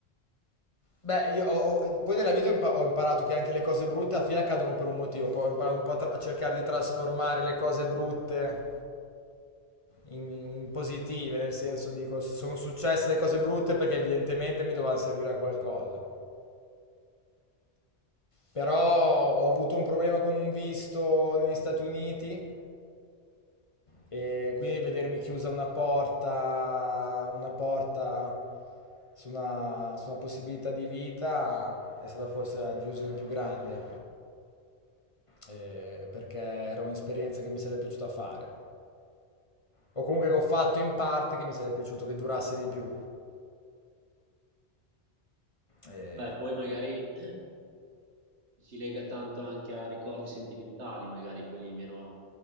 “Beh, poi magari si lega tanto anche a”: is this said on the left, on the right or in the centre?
Right